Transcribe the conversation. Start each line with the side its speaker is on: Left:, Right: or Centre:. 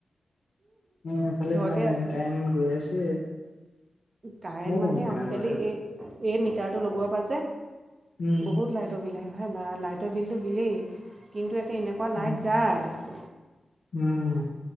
Left: উ এফালে
Right: ঘৰতে
Left: ইমান লাইন
Right: আছে
Left: কাইন গৈ আছে।
Right: কাৰেণ্ট
Left: মইও
Right: মানে
Left: গম পোৱা
Right: আজিকালি
Left: নাই বাৰুতে
Right: এই এই মিটাৰটো লগোৱা পৰা যে
Left: উম
Right: বহুত লাইট লাইটৰ বিলহে ভাই বা লাইটৰ বিলটো বিলেই কিন্তু একে এনেকুৱা
Left: উম
Right: লাইট যায়।
Left: উম।